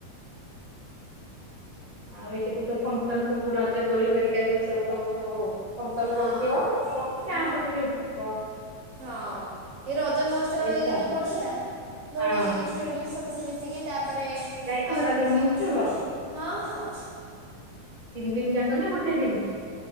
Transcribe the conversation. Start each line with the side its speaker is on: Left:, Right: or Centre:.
Left: ଆଉ ଏଠ ତ ସବୁ ଫଙ୍କସନ୍ ସବୁ ରଜ ଦୋଳି ହରିକା ଯଉ ସବୁ ତମର ସବୁ। ଫଙ୍କସନ୍
Right: ହଁ
Left: ପଡୁଥିବ ତମ
Right: ହଁ
Left: ଗାଁ ପଟେ ଯୋଉଠିଥିବ।
Right: ହଁ ଏ ରଜ ମହତ୍ସ
Left: ଯାଇଥିଲ
Right: ଇଏ ଯୋଉ ପଡୁଥିଲା ଦୋଳି
Left: ହଁ।
Right: ଖେଳିଲୁ ସମସ୍ତେ ମିଶିକି ତାପରେ
Left: ଯାଇଥିଲ
Right: ଆଉ
Left: ରଜ
Right: କିଛି
Left: ମହୋତ୍ସବ?
Right: ହଁ ହଁ।
Left: ତିନି ଦିନ ଯାକ ନା ଗୋଟେ ଦିନ?